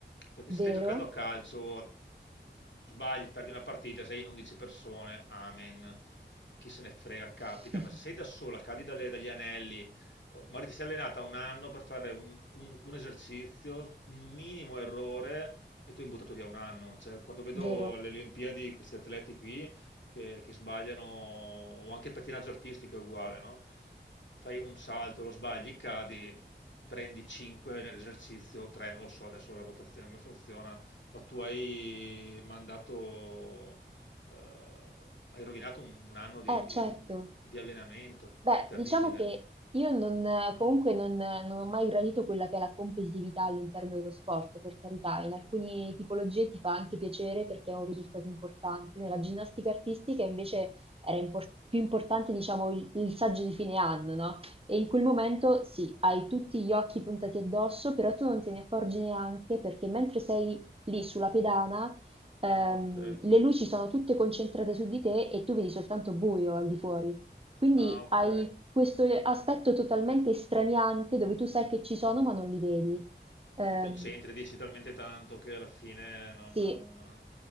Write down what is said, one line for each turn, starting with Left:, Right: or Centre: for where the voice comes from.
Left: Perché se
Right: vero?
Left: stai giocando a calcio, a- sbagli, perdi una partita, sei in 11 persone, amen. Chi se ne frega, capita.
Right: <laughs>
Left: Ma se sei da sola, cadi dalle- dagli anelli Magari ti sei allenata un anno per fare un, un- un esercizio, un minimo errore e tu hai buttato via un anno. Cioè, quando vedo
Right: Vero?
Left: alle Olimpiadi questi atleti qui che, che sbagliano, o anche il pattinaggio artistico è uguale, no? Fai un salto, lo sbagli, cadi, prendi 5 nell'esercizio, 3, non lo so adesso la votazione come funziona, ma tu hai mandato, eh, hai rovinato un, un anno di,
Right: Eh certo.
Left: di- di allenamento,
Right: Beh,
Left: è terribile.
Right: diciamo che io non, comunque non, non ho mai gradito quella che è la competitività all'interno dello sport, per carità, in alcune tipologie ti fa anche piacere perché è un risultato importante. Nella ginnastica artistica invece era impor- più importante, diciamo, il, il saggio di fine anno, no? E in quel momento sì, hai tutti gli occhi puntati addosso, però tu non te ne accorgi neanche perché mentre sei lì sulla pedana, ehm,
Left: Ah, ok.
Right: le luci sono tutte concentrate su di te e tu vedi soltanto buio al di fuori. Quindi
Left: Ah, ok.
Right: hai questo eh, aspetto totalmente straniante dove tu sai che ci sono ma non li vedi. Ehm,
Left: Ti concentri, dici talmente tanto che alla fine non...
Right: sì,
Left: eh,